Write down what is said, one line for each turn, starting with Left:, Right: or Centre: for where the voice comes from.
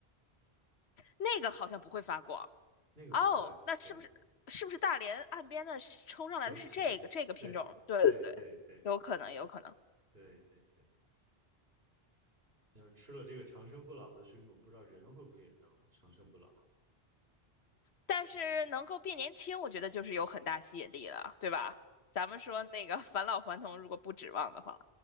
Left: <laughs> 那个好像不会发光。
Right: 那个不会，
Left: 哦，那是不是是不是大连岸边的是冲上来的是这个这个品种？
Right: 对，折皮，对对对对
Left: 对对对，有可能有可能，
Right: 对对对。你要是吃了这个长生不老的水母，不知道人会不会也能长生不老。
Left: 但是能够变年轻，我觉得就是有很大吸引力了，对吧？咱们说那个 <laughs> 返老还童，如果不指望的话，